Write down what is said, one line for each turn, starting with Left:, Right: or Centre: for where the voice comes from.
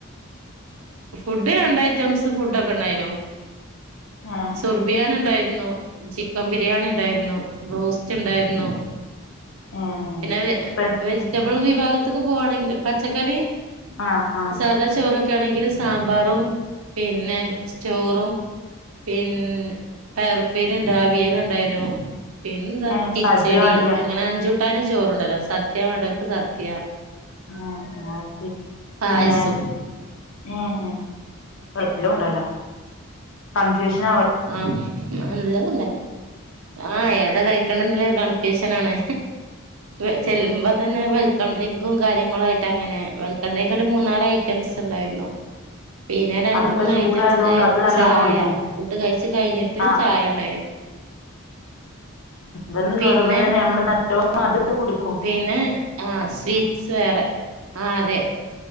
Right: ഫുഡ് രണ്ട് ഐറ്റംസ് ഫുഡോക്കെ ഉണ്ടായിനു
Left: ഏ
Right: സുർബിയാന് ണ്ടായിരുന്നു ചിക്കൻ ബിരിയാണി ഉണ്ടായിരുന്നു ബ്രോസ്റ്റ് ഉണ്ടായിരുന്നു
Left: ഏ
Right: പിന്നെ വെ
Left: ഏ
Right: വെജിറ്റബിൾ വിഭാഗ ത്ത്ക്ക് പോവാണെങ്കില് പച്ചക്കറി
Left: ആഹ് ആഹ്
Right: സാധാ ചോറൊക്കെ ആണെങ്കിൽ സാമ്പാറും പിന്നെ ചോറും പിന് പയറുപ്പേരി ണ്ട് അവിയല് ണ്ടായിന്നു പിന്നെന്താ
Left: ഏ
Right: കിച്ചടി
Left: സദ്യ മാതിരിയാ
Right: അങ്ങനെ അഞ്ചൂട്ടാനും ചോറുണ്ടല്ലോ സദ്യ വേണ്ടോർക്ക് സദ്യ
Left: <inaudible>
Right: പായസും
Left: പിന്നെ ഏഹ് പ്പ എല്ലും ഉണ്ടല്ലോ കൺഫ്യൂഷൻ ആ
Right: ആഹ് നല്ലതും ഉണ്ട് ആഹ് ഏതാ കഴിക്കണ്ടെന്നുള്ളൊരു കൺഫ്യൂഷൻ ആണ് വെ ചെല്ലുമ്പോ തന്നെ വെൽക്കം ഡ്രിങ്കും കാര്യങ്ങളും ആയിട്ട് അങ്ങനെ വെൽ ൽക്കം ഡിങ്ക് ഒരു മൂന്നാല് ഐറ്റംസ് ഉണ്ടായിരുന്നു പിന്നെ രണ്ട്
Left: അതിപ്പോ
Right: മൂന്ന്
Left: ചൂടായത്
Right: ഐറ്റംസ്
Left: കൊണ്ട് അത് നല്ലോണം
Right: ചായ
Left: കുടിക്കും
Right: ഫുഡ് കഴിച്ചു കഴിഞ്ഞിട്ട്
Left: ആഹ്
Right: ചായ ഇണ്ടായിരുന്നു
Left: വന്ന് കേറുമ്പോ
Right: പിന്നെ
Left: തന്നെ നമ്മള് നല്ലോണം അത് കുടുക്കും
Right: പിന്നെ ആ സ്വീറ്റ്സ് വേറെ ആ അതെ